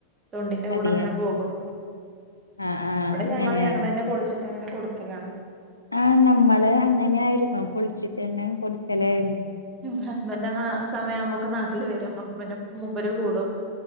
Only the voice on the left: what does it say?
അതെയാ
ആഹ് ആഹ്
അങ്ങനെയാണ്
ആഹ് നമ്മള് അങ്ങനെ ആയിരുന്നു പൊളിച്ചിട്ടന്നെ കൊടുക്കല്.